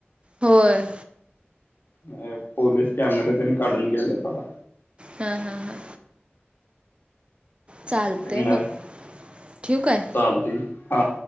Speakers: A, on the right; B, on the left.
A: होय.
B: नाय पोलीस कॅमेरा तेन काढून घ्यायल्यात आता.
A: हा हा हा. चालतंय
B: गुड नाईट
A: मग ठेवू काय?
B: चालतयं कि हा.